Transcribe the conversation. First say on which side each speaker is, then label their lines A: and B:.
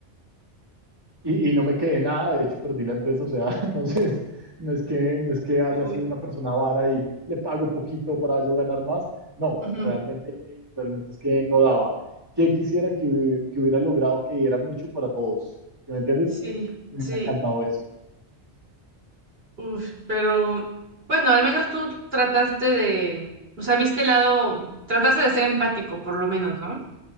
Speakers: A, on the right; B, on the right.
A: y, y no me quedé nada, de hecho perdí la empresa, o sea, <laughs> entonces no es que, no es que haya
B: Uy,
A: sido una persona vara y le pago poquito para yo ganar más, no,
B: ujú.
A: realmente, realmente es que no daba. ¿Qué quisiera que, hubi- que hubiera logrado que era mucho para todos? ¿Sí ¿Me entiendes?
B: Sí,
A: Me
B: sí.
A: hubiera encantado eso.
B: Uf, pero bueno, al menos tú trataste de, o sea, viste el lado, trataste de ser empático, por lo menos, ¿no?